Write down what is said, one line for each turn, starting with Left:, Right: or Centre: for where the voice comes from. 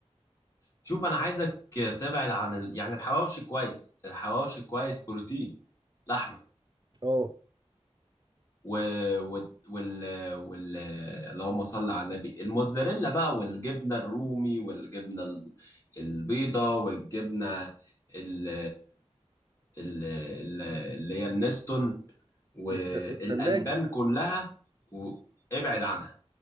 Left: شوف انا عايزك تبعد عن ال... يعني الحواوشي كويس الحواوشي كويس بروتين لحمه
Right: اه
Left: و... وال... وال... وال... اللهم صل على النبي الموتزاريلا بقى والجبنة الرومي والجبنة ال- البيضة والجبنة ال... ال... ال- اللي هي النستون والألبان
Right: والت- والتلاجة
Left: كلها وابعد عنها